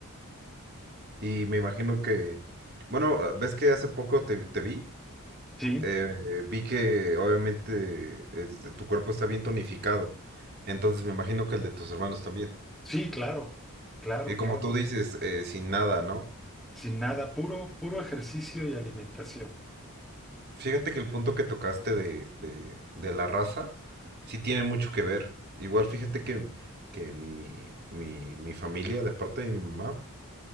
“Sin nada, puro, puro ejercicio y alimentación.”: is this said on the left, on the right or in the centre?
Centre